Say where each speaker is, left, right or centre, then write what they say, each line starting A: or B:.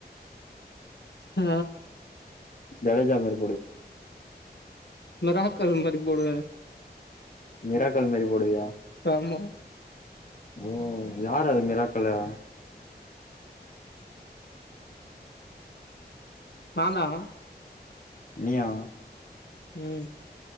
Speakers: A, on the left; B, on the left.
A: ஆ
B: ஜடேஜா மேரி
A: மிராக்கோலி மாரி போடுவே
B: விராக்கோலி மாரி போடுவியா
A: ஆமா
B: ஓ யாரு அது மிராக்கல்ல யா
A: நாதா
B: நீயா
A: ம்